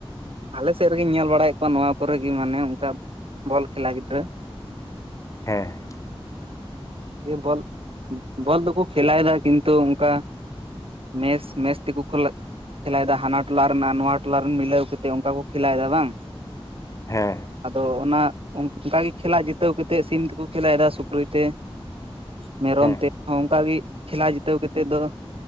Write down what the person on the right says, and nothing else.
ᱟᱞᱮ ᱥᱮᱫ ᱨᱮᱜᱤᱧ ᱧᱮᱞ ᱵᱟᱲᱟᱭᱮᱫ ᱠᱚᱣᱟ ᱱᱚᱣᱟ ᱠᱚᱨᱮᱜᱮ ᱢᱟᱱᱮ ᱚᱱᱠᱟ ᱵᱚᱞ ᱠᱷᱮᱞᱟ ᱜᱤᱫᱽᱨᱟᱹ
ᱵᱚᱞ ᱵᱚᱞ ᱫᱚᱠᱚ ᱠᱷᱮᱞᱟᱭᱮᱫᱟ ᱠᱤᱱᱛᱩ ᱚᱱᱠᱟ ᱢᱮᱥ ᱢᱮᱥ ᱛᱮᱠᱚ ᱠᱷᱩᱞᱟᱜ ᱠᱷᱮᱞᱟᱭᱮᱫᱟ ᱦᱟᱱᱟ ᱴᱚᱞᱟ ᱨᱮᱱ ᱟᱨ ᱱᱚᱣᱟ ᱴᱚᱞᱟ ᱨᱮᱱ ᱢᱤᱞᱟᱹᱣ ᱠᱟ ᱠᱟᱛᱮᱫ ᱚᱱᱠᱟ ᱠᱚ ᱠᱷᱮᱞᱞᱟᱮᱫᱟ ᱵᱟᱝ
ᱟᱫᱚ ᱚᱱᱟ ᱚᱱᱠᱟ ᱜᱮ ᱠᱷᱮᱞᱟ ᱡᱤᱛᱟᱹᱣ ᱠᱟᱛᱮᱫ ᱥᱤᱢ ᱛᱮᱠᱚ ᱠᱷᱮᱞᱟᱭᱮᱫᱟ ᱥᱩᱠᱨᱤ ᱛᱮ ᱢᱮᱨᱚᱢ
ᱛᱮ ᱚᱱᱠᱟᱜᱮ ᱠᱷᱮᱞᱟ ᱡᱤᱛᱟᱹᱣ ᱠᱟᱛᱮᱫ ᱫᱚ